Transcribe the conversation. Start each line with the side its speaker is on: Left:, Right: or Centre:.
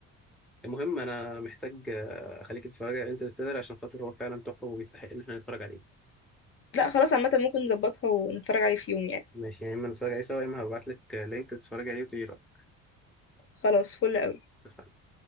Centre: المهم انا محتاج آه، اخليك تتفرج على انترستيلر عشان خاطر هو فعلا تحفه وبيستحق ان احنا نتفرج عليه
Left: لا خلاص عامه ممكن نظبطها ونتفرج عليه في يوم يعني
Centre: ماشي يا اما نتفرج عليه سوا يا اما هبعت لك لينك تتفرج عليه وتقولي رايك
Left: خلاص فل قوي
Centre: اتفقنا